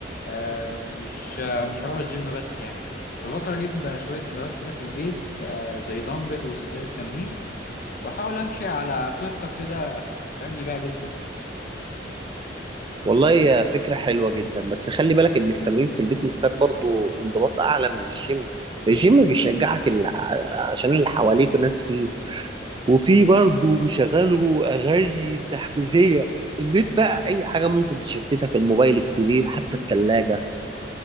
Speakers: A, on the left (about 50°); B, on the right (about 25°).
A: آه، مش آه، مش هروح الجيم بس يعني بفكر اجيب آه، شويه ادوات كده في البيت آه، زي دمبل وسجاده تمرين واحاول امشي على خطه كده ابني بيها جسمي
B: والله يا فكرة حلوة جدا بس خلي بالك ان التمرين في البيت محتاج برضو انضباط اعلى من الجيم الجيم بيشجعك ال- عشان اللي حواليك ناس فيه وفي برضه بيشغلوا اغاني تحفيزيه البيت بقى اي حاجه ممكن تشتتك الموبايل السرير حتى الثلاجه